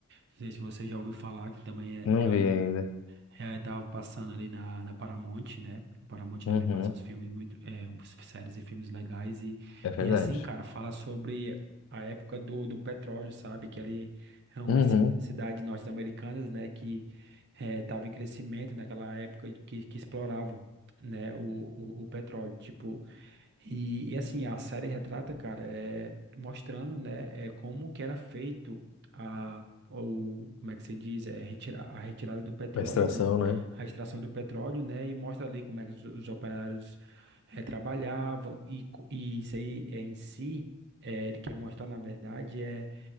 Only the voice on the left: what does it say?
não vi ainda.
Uhum.
É verdade.
Uhum.
A extração,
né?